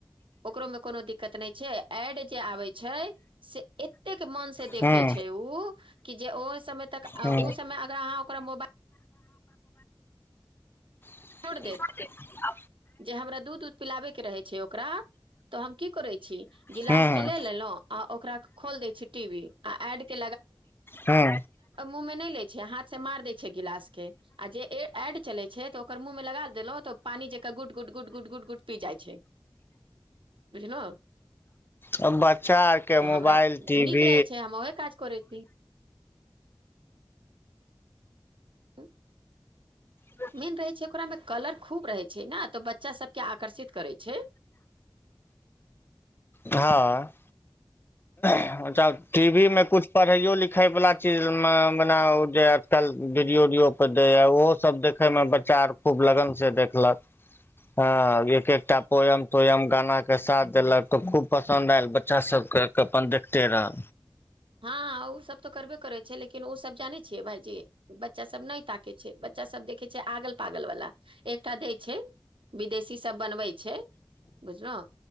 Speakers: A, on the right; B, on the left.
A: ओकरोमे कोनो दिक्कत नहि छै एड जे आबै छै से एतेक मन से देखै
B: हूँ
A: छै ओ कि जे ओ समय तक
B: हूँ
A: ओ समय अगर अहाँ ओकरा मोबाइल
B: <inaudible>
A: छोड़ देत जे हमरा दूध उध पिलाबेके रहै छै ओकरा तऽ हम की करैत छी गिलास
B: हूँ
A: मे ले लेलहुं आ ओकरा खोल दै छी टीवी आ एड के
B: हूँ
A: मु ल हाथ से मार द छै गिलास के आ छै त ओकर मुहमे लग देलहु तऽ पानि जे गुट गुट गुट गुट गुट गुट पी जाइ छै बुझलहु
B: अब बच्चा आरके
A: तऽ
B: मोबाइल
A: हमरा
B: टी
A: नीक
B: वी
A: रहै छै हम ओहे काज करैत छी ह
B: ह
A: मेन रहै छै ओकरा मे कलर खूब रहै छै ने तऽ बच्चा सबके आकर्षित करै छै
B: हँ टी वी मे कछु पढ़ाइयो लिखाइवला चीज में मने जे कल वीडियो उडियो पर दै ह ओहो सब देखे मे बच्चा आ खूब लगन से देखलक हँ <unintelligible> एकटा पोयम तोयम गाना के साथ देलक तो खूब पसंन्द आयल बच्चा सब के अपन तेरह
A: हँ उ ओ सब तऽ करबे करे छै लेकिन ओ सब जाने छियै भाायजी बच्चा सब नहि ताके छै बच्चा सब देखे छै आगल पागल वाला एकटा दै छै विदेशी सब बनबै छै बुझल‌उ